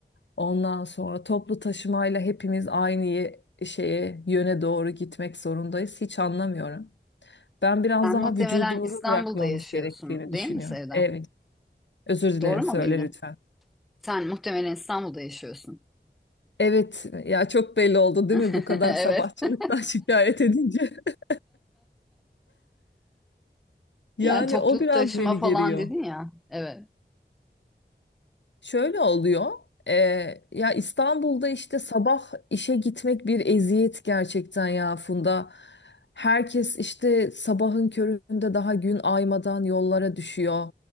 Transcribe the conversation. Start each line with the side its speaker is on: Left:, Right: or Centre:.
Left: Ondan sonra toplu taşımayla hepimiz aynı ye- şeye, yöne doğru gitmek zorundayız. Hiç anlamıyorum. Ben biraz
Centre: Sen
Left: daha
Centre: muhtemelen
Left: vücudumuza
Centre: İstanbul'da
Left: bırakmamız
Centre: yaşıyorsun,
Left: gerektiğini düşünüyorum.
Centre: değil mi Sevda?
Left: Evet. Özür dilerim
Centre: Doğru mu
Left: söyle
Centre: bildim?
Left: lütfen.
Centre: Sen muhtemelen İstanbul'da yaşıyorsun.
Left: Evet ya çok belli oldu değil
Centre: <laughs>
Left: mi bu kadar sabahçılıktan
Centre: Evet.
Left: <laughs> şikayet edince. <laughs> Yani
Centre: Yani toplu
Left: o biraz
Centre: taşıma
Left: beni
Centre: falan
Left: geriyor.
Centre: dedin ya. Evet,
Left: Şöyle oluyor. eee, ya İstanbul'da işte sabah işe gitmek bir eziyet gerçekten ya Funda. Herkes işte sabahın köründe daha gün aymadan yollara düşüyor.